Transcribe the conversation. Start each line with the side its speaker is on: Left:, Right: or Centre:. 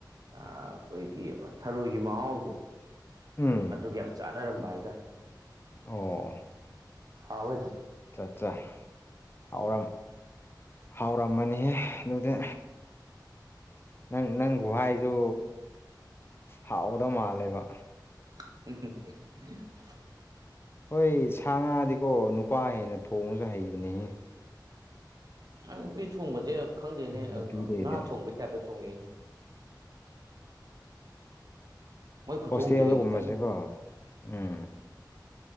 Right: ꯑꯥ ꯑꯩꯈꯣꯏꯒꯤ ꯊꯔꯣꯏꯒꯤ ꯃꯍꯥꯎꯗꯣ
Left: ꯎꯝ
Right: ꯑꯗꯨꯒ ꯌꯥꯝ ꯆꯥꯟꯅꯔꯝꯕ ꯍꯥꯏꯇꯥꯔꯦ
Left: ꯑꯣ
Right: ꯍꯥꯎꯋꯦ ꯑꯗꯨ
Left: ꯆꯥ ꯆꯥ ꯍꯥꯎꯔꯝ ꯍꯥꯎꯔꯝꯃꯅꯤ ꯑꯗꯨꯗꯤ ꯅꯪ ꯅꯪ ꯒꯨꯍꯥꯏꯖꯨ ꯍꯥꯎꯒꯗꯧ ꯃꯥꯜꯂꯦꯕ
Right: <unintelligible>
Left: ꯍꯣꯏ ꯁꯥ ꯉꯥꯗꯤꯀꯣ ꯅꯨꯄꯥ ꯍꯦꯟꯅ ꯊꯣꯡꯉꯁꯨ ꯍꯩꯕꯅꯤꯍꯦ
Right: ꯑ ꯅꯨꯄꯤ ꯊꯣꯡꯕꯁꯦ ꯈꯪꯗꯦꯅꯦ
Left: ꯅꯨꯄꯤꯗꯩꯗꯤ
Right: ꯉꯥ ꯊꯣꯡꯕꯩ ꯇꯥꯏꯞꯇ ꯊꯣꯡꯉꯛꯏꯅꯦ ꯃꯣꯏ ꯈꯨꯊꯣꯡꯁꯦ
Left: ꯍꯣꯁꯇꯦꯜꯗ
Right: ꯈꯤꯇꯪ
Left: ꯒꯨꯝꯕꯁꯦꯀꯣ ꯎꯝ